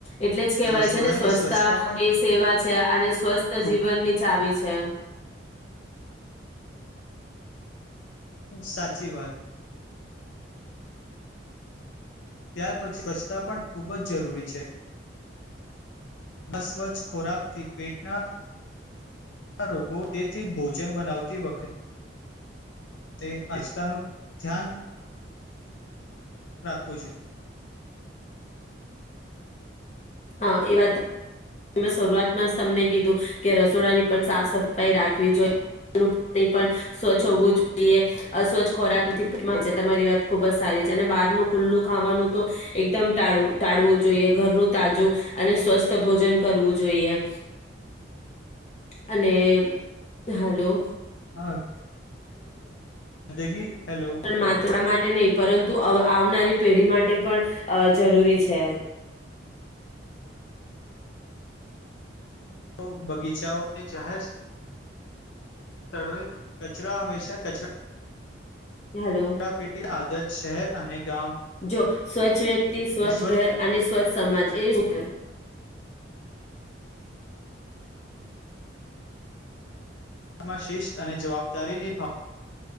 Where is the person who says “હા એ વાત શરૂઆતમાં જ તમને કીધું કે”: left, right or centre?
Left